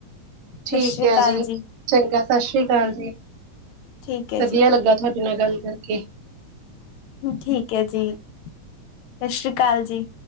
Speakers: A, on the left; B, on the right.
A: ਸਤਿ
B: ਠੀਕ
A: ਸ੍ਰੀ
B: ਹੈ
A: ਅਕਾਲ ਜੀ
B: ਚੰਗਾ ਸਤਿ ਸ੍ਰੀ ਅਕਾਲ ਜੀ,
A: ਠੀਕ ਹੈ
B: ਵਧੀਆ
A: ਜੀ
B: ਲੱਗਾ ਤੁਹਾਡੇ ਨਾਲ ਗੱਲ ਕਰਕੇ
A: ਠੀਕ ਹੈ ਜੀ ਸਤਿ ਸ੍ਰੀ ਅਕਾਲ ਜੀ